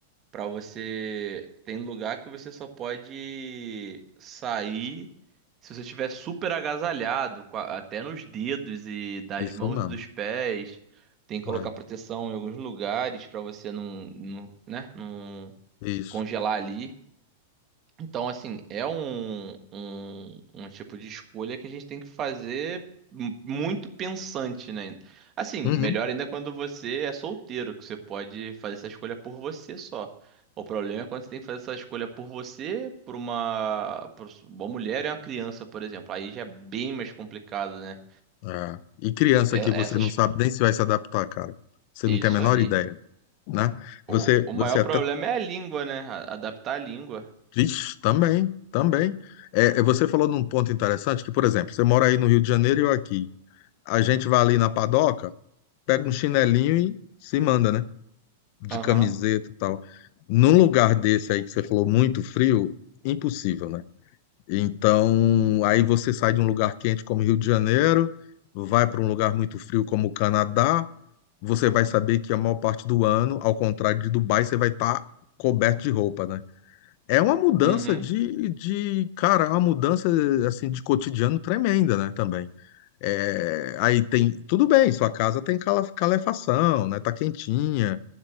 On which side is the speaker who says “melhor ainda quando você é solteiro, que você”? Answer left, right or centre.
Right